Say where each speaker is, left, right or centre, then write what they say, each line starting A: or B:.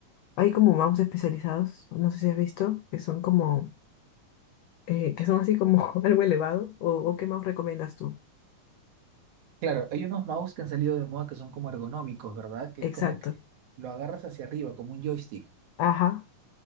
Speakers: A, on the left; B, on the right.
A: hay como mouse especializados, no sé si has visto, que son como, eh, que son así como <laughs> algo elevado, o, o qué mouse recomiendas tú.
B: Claro, hay unos mouse que han salido de moda que son como ergonómicos, ¿verdad? Que
A: Exacto.
B: es como que lo agarras hacia arriba, como un joystick.
A: Ajá.